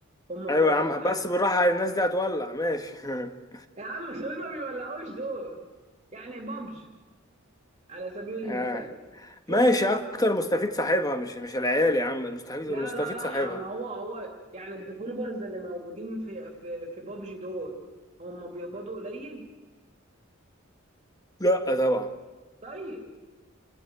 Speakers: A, on the right; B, on the left.
A: هم بتوع
B: ايوه
A: الالعاب
B: يا عم بس بالراحه الناس دي هتولع ماشي <laughs>
A: يا عم دول ما بيولعوش دول يعني بابجي على سبيل
B: آه.
A: المثال شوف
B: ماشي
A: كان
B: اكتر مستفيد صاحبها مش مش العيال يا عم المستفيد
A: لا
B: المستفيد
A: لا لا
B: صاحبها
A: ما هو هو يعني الديفلوبرز اللي موجودين في في في بابجي دول هم بيقبضوا قليل
B: لا طبعا
A: طيب